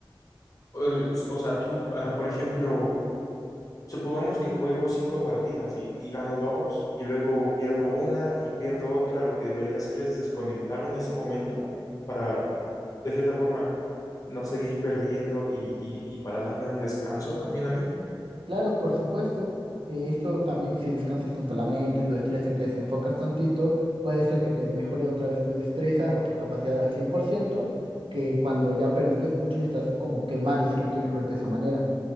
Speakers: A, on the left; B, on the right.
A: Eh, O sea, tú, ah, por ejemplo... Supongamos que juego cinco partidas y, y gano dos y luego pierdo una y pierdo otra. Lo que debería hacer es desconectarme en ese momento para, de cierta forma, no seguir perdiendo y, y- y para darme un descanso también a mí.
B: Claro, por supuesto, eh, esto también si descansas tanto la mente, tu destreza te desenfocas tantito, puede ser que te mejore otra vez tu destreza o tu capacidad al 100%, que cuando ya perdiste mucho y estás como quemado si lo quieres ver de esa manera.